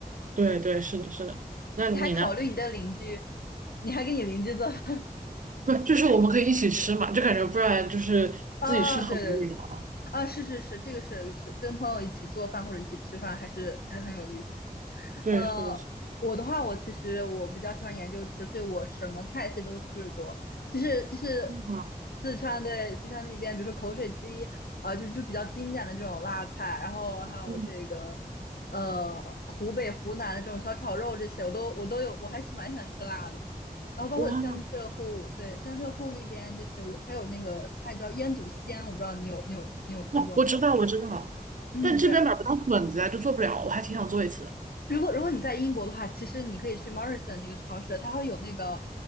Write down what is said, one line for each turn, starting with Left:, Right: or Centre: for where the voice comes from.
Right: 对对，是的，是的。那你呢？
Left: 你还考虑你的邻居，你还给你邻居做饭？
Right: 不，就是我们可以一起吃嘛，就感觉不然就是自己吃很无聊。
Left: 啊，对对对，啊，是是是，这个是是跟朋友一起做饭或者一起吃饭，还是还是很有意思。
Right: 对，
Left: 呃，
Right: 是的，是的。
Left: 我的话，我其实我比较喜欢研究吃，所以我什么菜系都试过，就是就是
Right: 哇，
Left: 四川对四川那边，比如说口水鸡，啊、就就比较经典的这种辣菜，然后还有这个呃湖北湖南的这种小炒肉这些，
Right: 嗯，
Left: 我都我都有，我还是蛮喜欢吃辣的。然后包括江浙沪，
Right: 哇
Left: 对，江浙沪那边就是还有那个菜叫腌笃鲜，我不知道你有你有你有听过吗？
Right: <laughs>，哦，我知道，我知道，
Left: 嗯，
Right: 但这边买不到笋子呀，
Left: 对，
Right: 就做不了。我还挺想做一次的。
Left: 如果如果你在英国的话，其实你可以去 Morrison 这个超市，它会有那个